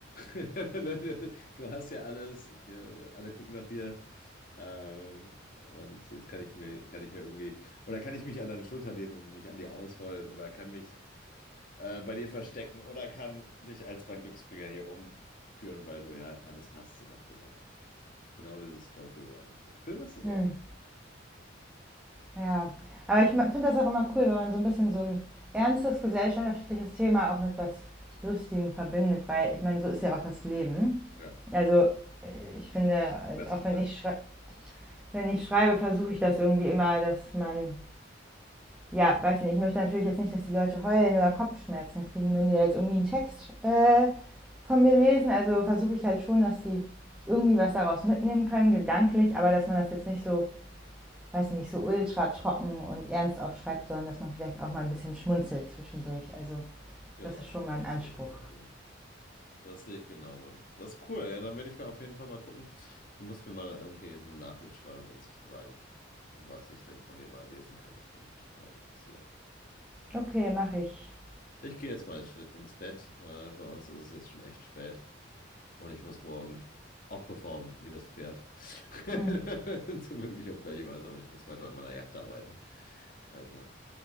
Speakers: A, on the left (about 45°); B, in the centre.
A: <laughs> Du hast ja alles, hier, alle gucken nach dir. Ähm, und jetzt kann ich mir, kann ich mir irgendwie, oder kann ich mich an deine Schulter lehnen und mich an dir ausheulen oder kann mich äh, bei dir verstecken oder kann dich als mein Glücksbringer hier rumführen, weil du ja alles hast, so nach dem Motto. Genau dieses Trophy-Wife-Aspekt. Schön, dass du es
B: mm.
A: auf.
B: Ja, aber ich finde das auch immer cool, wenn man so ein bisschen so ein ernstes gesellschaftliches Thema auch mit was Lustigem verbindet, weil ich meine, so ist ja auch das Leben.
A: Ja,
B: Also äh, ich finde, äh,
A: im besten
B: auch
A: Fall.
B: wenn ich, schrei wenn ich schreibe, versuche ich das irgendwie immer, dass man, ja, weiß ich nicht, ich möchte natürlich jetzt nicht, dass die Leute heulen oder Kopfschmerzen kriegen, wenn die da jetzt irgendwie einen Text äh, von mir lesen. Also versuche ich halt schon, dass die irgendwie was daraus mitnehmen können, gedanklich, aber dass man das jetzt nicht so weiß nicht, so ultra trocken und ernst aufschreibt, sondern dass man vielleicht auch mal ein bisschen schmunzelt zwischendurch. Also
A: Genau,
B: das ist schon mein
A: das
B: Anspruch.
A: sehe ich genauso. Das sehe ich genauso. Das ist cool. Ja, dann werde ich mir auf jeden Fall mal gucken. Du musst mir mal irgendwie eine Nachricht schreiben und sagen, was ich denn von dir mal lesen kann. Das würde mich total interessieren.
B: Okay, mache ich.
A: Ich gehe jetzt mal ins Bett. Äh, bei uns ist es jetzt schon echt spät. Und ich muss morgen auch performen, wie das Pferd. <laughs>
B: Mm.
A: Zum Glück nicht auf gleiche Weise, aber ich muss weiter an meiner Yacht arbeiten. Also